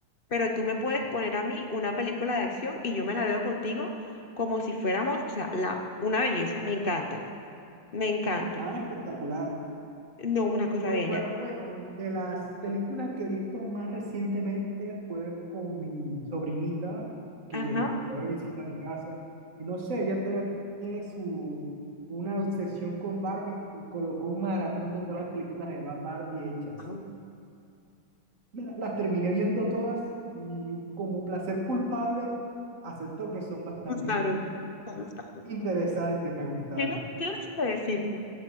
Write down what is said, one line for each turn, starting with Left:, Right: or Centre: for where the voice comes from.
Left: pero tú me puedes poner a mí una película de acción y yo me la veo contigo como si fuéramos, o sea, la, una belleza, me encanta, me encanta.
Right: Ah, espectacular.
Left: No, una cosa
Right: Bueno,
Left: bella.
Right: bueno, bueno, de las películas que he visto más recientemente fue con mi sobrinita que
Left: Ajá,
Right: llegó de visita a mi casa. Y no sé, ella todavía tiene su, una obsesión con Barbie, pu- colocó un maratón de todas las películas de Ba- Barbie hechas.
Left: ah, me
Right: Me la- las terminé viendo todas y como placer culpable, acepto que son bastante
Left: gustaron,
Right: in-
Left: me gustaron.
Right: interesantes, me gustaron.
Left: Tienes, tienes que decirlo,